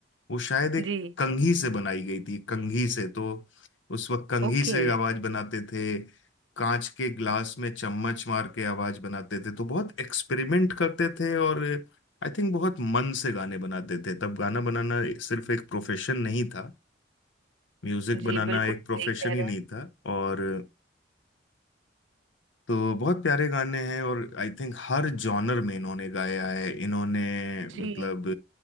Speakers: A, on the left; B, on the right.
A: वो शायद एक
B: जी
A: कंघी से बनाई गई थी कंघी से तो उस वक्त कंघी
B: ओके
A: से आवाज बनाते थे कांच के ग्लास में चम्मच मार के आवाज बनाते थे तो बहुत एक्सपेरिमेंट करते थे और आई थिंक बहुत मन से गाने बनाते थे तब गाना बनाना सिर्फ एक प्रोफेशन नहीं था म्यूजिक
B: जी
A: बनाना
B: बिल्कुल
A: एक
B: सही
A: प्रोफेशन
B: कह रहे
A: ही नहीं
B: हैं
A: था और तो बहुत प्यारे गाने हैं और आई थिंक हर जॉनर में इन्होंने गाया है इन्होंने
B: जी
A: मतलब